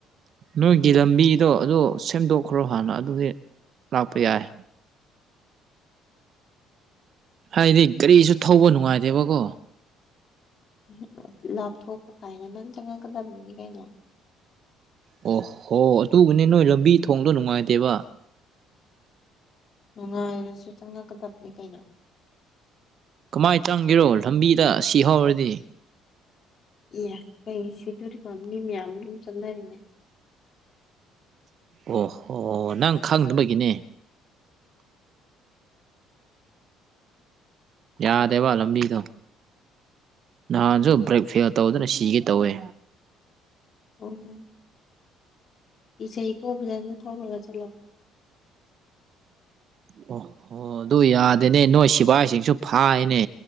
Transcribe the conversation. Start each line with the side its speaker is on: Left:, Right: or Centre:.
Right: ꯅꯣꯏꯒꯤ ꯂꯝꯕꯤꯗꯣ ꯑꯗꯣ ꯁꯦꯝꯗꯣꯛꯈ꯭ꯔꯣ ꯍꯥꯟꯅ ꯑꯗꯨꯗꯤ ꯂꯥꯛꯄ ꯌꯥꯏ ꯍꯥꯏꯗꯤ ꯒꯔꯤꯁꯨ ꯊꯧꯕ ꯅꯨꯡꯉꯥꯏꯇꯦꯕꯀꯣ
Left: <unintelligible> ꯂꯥꯞꯊꯣꯛꯄ ꯀꯥꯏꯅ ꯅꯪ ꯆꯪꯉꯛꯀꯗꯕꯗꯨꯗꯤ ꯀꯩꯅꯣ
Right: ꯑꯣꯍꯣ ꯑꯗꯨꯕꯨꯅꯦ ꯅꯣꯏ ꯂꯝꯕꯤ ꯊꯣꯡꯗꯣ ꯅꯨꯡꯉꯥꯏꯇꯦꯕ
Left: ꯅꯨꯡꯉꯥꯏꯔꯁꯨ ꯆꯪꯉꯛꯀꯗꯕꯅꯤ ꯀꯩꯅꯣ
Right: ꯀꯃꯥꯏꯟ ꯆꯪꯒꯦꯔꯣ ꯂꯝꯕꯤꯗ ꯁꯤꯍꯧꯔꯗꯤ
Left: ꯑꯦ ꯀꯩꯒꯤ ꯁꯤꯗꯣꯔꯤꯕ ꯃꯤ ꯃꯌꯥꯝꯁꯨ ꯆꯠꯅꯔꯤꯅꯦ
Right: ꯑꯣ ꯍꯣ ꯅꯪ ꯈꯪꯗꯕꯒꯤꯅꯦ ꯌꯥꯗꯦꯕ ꯂꯝꯕꯤꯗꯣ ꯅꯍꯥꯟꯁꯨ ꯕ꯭ꯔꯦꯛ ꯐꯦꯜ ꯇꯧꯗꯅ ꯁꯤꯒꯦ ꯇꯧꯋꯦ
Left: ꯑꯣ ꯀꯤꯖꯩꯀꯣ ꯐꯖꯅ ꯊꯧꯔꯒ ꯆꯠꯂꯣ
Right: ꯑꯣ ꯍꯣ ꯑꯗꯨ ꯌꯥꯗꯦꯅꯦ ꯅꯣꯏ ꯁꯤꯕꯥꯥꯏꯁꯤꯡꯁꯨ ꯐꯥꯏꯅꯦ